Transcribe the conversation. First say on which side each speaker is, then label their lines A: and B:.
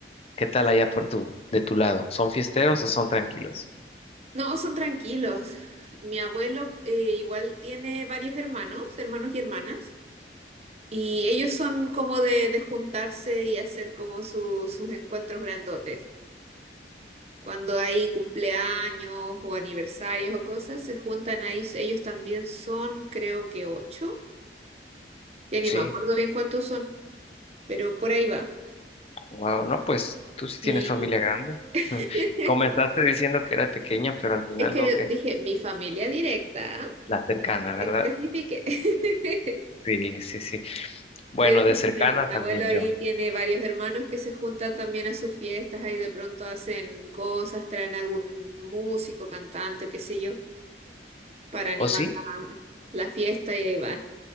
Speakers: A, on the left; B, on the right.
A: ¿Qué tal allá por tu, de tu lado? ¿Son fiesteros o son tranquilos?
B: No, son tranquilos. Mi abuelo eh, igual tiene varios hermanos, hermanos y hermanas, y ellos son como de, de juntarse y hacer como su- sus encuentros grandotes. Cuando hay cumpleaños o aniversarios o cosas, se juntan ahí. Ellos también son, creo que ocho. Ya ni
A: Sí.
B: me acuerdo bien cuántos son, pero por ahí va.
A: Wow, no, pues tú sí tienes
B: Y
A: familia grande.
B: <laughs>
A: <laughs> Comenzaste diciendo que era pequeña, pero al final
B: es que
A: veo que
B: dije, mi familia directa,
A: la cercana,
B: especifique.
A: ¿verdad?
B: <laughs>
A: Sí, sí, sí. Bueno,
B: Pero
A: de cercana
B: sí,
A: también
B: mi abuelo ahí
A: yo.
B: tiene varios hermanos que se juntan también a sus fiestas, ahí de pronto hacen cosas, traen algún músico, cantante, qué sé yo, para animar
A: ¿O sí?
B: la, la fiesta y ahí van.